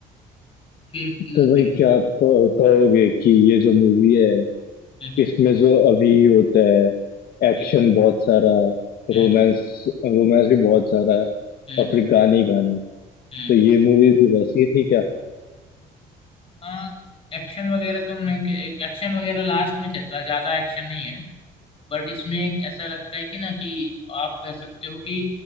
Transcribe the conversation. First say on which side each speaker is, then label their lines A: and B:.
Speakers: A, on the left; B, on the left.
A: फिर फिर
B: तो भाई क्या आप कहो- कहोगे कि ये जो मूवी है
A: हम्म
B: इसमें जो अभी होता है एक्शन
A: हम्म
B: बहुत सारा
A: हम्म
B: रोमांस रोमांस भी बहुत सारा
A: हम्म
B: और फिर गाने ही गाने
A: हम्म।
B: तो ये मूवी भी वैसी ही थी क्या
A: हाँ एक्शन वगैरह तो नहीं एक्शन वगैरह लास्ट में चलता ज्यादा एक्शन नहीं है बट इसमें एक ऐसा लगता है कि ना कि आप कह सकते हो कि